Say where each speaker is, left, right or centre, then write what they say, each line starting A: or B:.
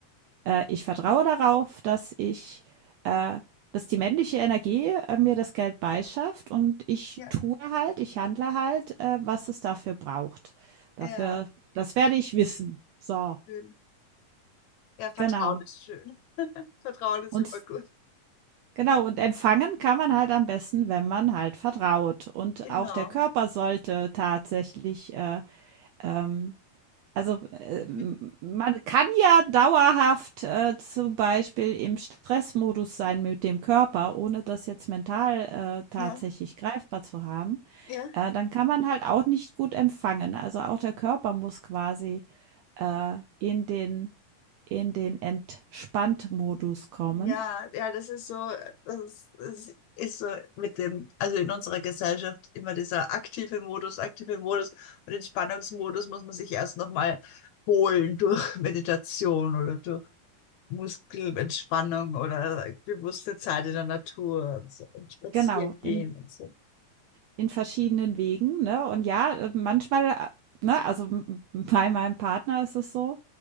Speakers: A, on the right; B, on the left.
A: äh, ich vertraue darauf, dass ich, äh, dass die männliche Energie äh, mir das Geld beischafft und ich
B: Ja,
A: tue halt, ich handle halt, äh, was es dafür braucht. Dafür,
B: ja,
A: das werde ich wissen. So,
B: schön. Ja, Vertrauen
A: genau.
B: ist schön. Vertrauen ist
A: Und
B: immer
A: s-
B: gut.
A: genau, und empfangen kann man halt am besten, wenn man halt vertraut. Und
B: Genau.
A: auch der Körper sollte tatsächlich äh, ähm, Also, ähm,
B: Mit-
A: man kann ja dauerhaft, äh, zum Beispiel im Stressmodus sein mit dem Körper, ohne das jetzt mental, äh, tatsächlich
B: Ja,
A: greifbar zu haben.
B: ja.
A: Äh, dann kann man halt auch nicht gut empfangen. Also auch der Körper muss quasi, äh, in den in den Entspannt-Modus kommen.
B: Ja, ja, das ist so, das, das ist so mit dem, also in unserer Gesellschaft immer dieser aktive Modus, aktive Modus und Entspannungsmodus muss man sich erst nochmal holen durch <laughs> Meditation oder durch Muskelentspannung oder bewusste Zeit in der Natur und so und spazieren
A: Genau,
B: gehen
A: in
B: und so.
A: in verschiedenen Wegen, ne? Und ja, äh, manchmal, äh, ne, also m bei meinem Partner ist es so,